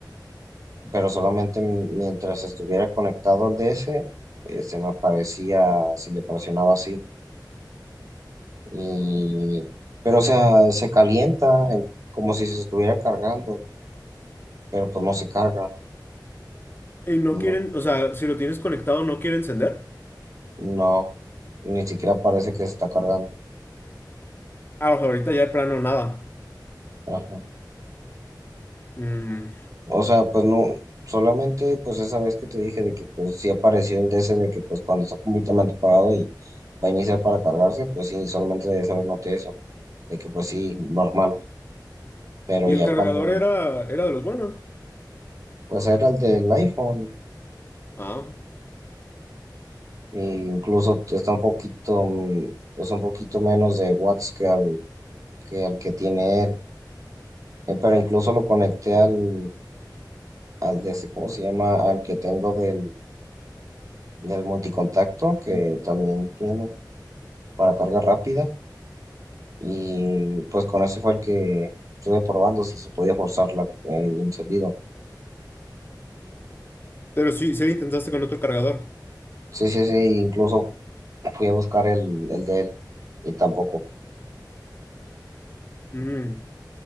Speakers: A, on the right; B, on the left.
A: pero solamente m- mientras estuviera conectado al DS, este, me aparecía si le presionaba así. Y, pero o sea, se calienta en- como si se estuviera cargando, pero pues no se carga.
B: y no
A: No,
B: quieren, o sea, si lo tienes conectado, no quiere encender.
A: no, ni siquiera parece que se está cargando.
B: Ah, o sea, ahorita ya de plano nada.
A: Ajá.
B: Mm,
A: O sea, pues no, solamente pues esa vez que te dije de que pues sí apareció el DC de que pues cuando está completamente apagado y va a iniciar para cargarse, pues sí, solamente de esa vez noté eso, de que pues sí, normal, pero
B: Y
A: ya
B: el cargador
A: cuando
B: era, era de los buenos.
A: pues era el del iPhone,
B: Ah,
A: e incluso está un poquito, mm, pues un poquito menos de watts que al que, al que tiene él, Eh, pero incluso lo conecté al, al DC, ¿cómo se llama? Al que tengo del, del multicontacto, que también tiene para carga rápida Y pues con ese fue el que estuve probando si se podía forzar la- el encendido.
B: pero sí, sí lo intentaste con otro cargador.
A: Sí, sí, sí, incluso fui a buscar el, el de él y tampoco.
B: Mm.